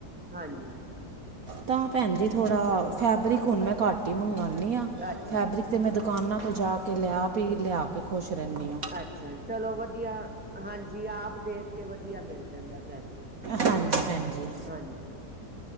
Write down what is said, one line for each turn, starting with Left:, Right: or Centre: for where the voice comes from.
Centre: ਹਾਂਜੀ
Right: ਤਾਂ ਭੈਣ ਜੀ ਥੋੜ੍ਹਾ ਫੈਬਰਿਕ ਹੁਣ ਮੈਂ ਘੱਟ ਈ ਮੰਗਾਨੀਂ ਆ
Centre: ਅੱਛਾ
Right: ਫੈਬਰਿਕ
Centre: ਜੀ
Right: ਤੇ ਮੈਂ ਦੁਕਾਨਾਂ ਤੋਂ ਜਾ ਕੇ ਲਿਆ ਵੀ ਲਿਆ ਕੇ ਖੁਸ਼ ਰਹਿਨੀ ਆ।
Centre: ਅੱਛਾ, ਚਲੋ ਵਧੀਆ ਹਾਂਜੀ ਆਪ ਦੇਖ ਕੇ ਵਧੀਆ ਮਿਲ ਜਾਂਦਾ ਫੈਬਰਿਕ
Right: ਹਾਂਜੀ ਭੈਣਜੀ।
Centre: ਹਾਂਜੀ,